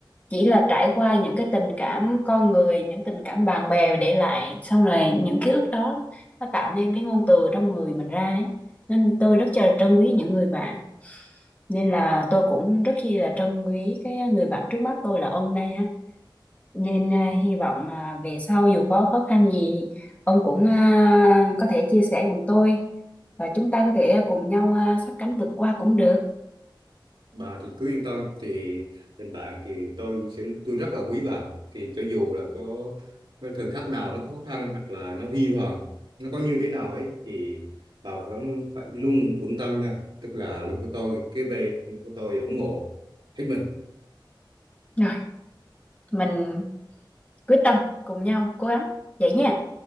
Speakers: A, on the left (about 15°); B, on the right (about 75°).
A: chỉ là trải qua những cái tình cảm con người, những tình cảm bạn bè để lại sau này những ký ức đó nó tạo nên cái ngôn từ trong người mình ra ấy. Nên tôi rất là trân quý những người bạn. Nên là tôi cũng rất chi là trân quý cái người bạn trước mắt tôi là ông này nên à, hy vọng à, về sau dù có khó khăn gì ông cũng à, có thể chia sẻ cùng tôi và chúng ta có thể cùng nhau à, sát cánh vượt qua cũng được
B: bà thì cứ yên tâm thì tình bạn thì tôi sẽ tôi rất là quý bà thì cho dù là có cái thời khắc nào nó khó khăn hoặc là nó huy hoàng nó có như thế nào ấy thì bà vẫn phải luôn vững tâm nha tức là luôn với tôi kế bên luôn với tôi ủng hộ hết mình
A: rồi mình quyết tâm cùng nhau cố gắng vậy nha